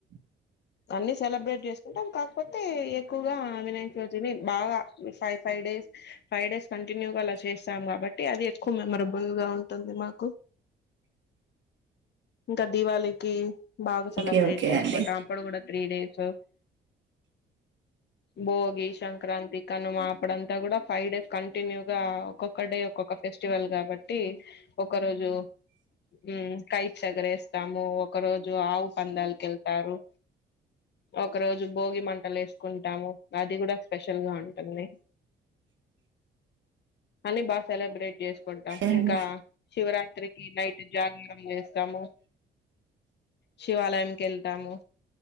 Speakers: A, on the left; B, on the right.
A: అన్ని సెలబ్రేట్ చేసుకుంటాం కాకపోతే ఎక్కువగా వినాయక రోజుని బాగా five five days five days కంటిన్యూగా అలా చేస్తాం కాబట్టి అది ఎక్కువ మెమరబుల్ గా ఉంటుంది మాకు ఇంకా దీవళికి బాగా సెలబ్రేట్
B: ఓకే ఓకే
A: చేసుకుంటాం
B: అండి
A: అప్పుడు కూడా త్రీ డేస్ భోగి సంక్రాంతి కనుమా అప్పుడు అంతా కూడా ఫైవ్ డేస్ కంటిన్యూగా ఒక్కొక్క డే ఒక్కొక్క ఫెస్టివల్ కాబట్టి ఒక రోజు ఉ కైట్స్ రేస్తాము ఒక రోజు ఆవు పందాలక వెళ్తారు ఒక రోజు భోగి మంటలు వేసుకుంటాము అది కూడా స్పెషల్ గా ఉంటుంది అని బా సెలబ్రిటీ చేసుకుంటాం
B: ఓకే అండి
A: ఇంకా శివరాత్రికి నైట్ జాగరం చేస్తాము శివాలయంకి వెళ్తాము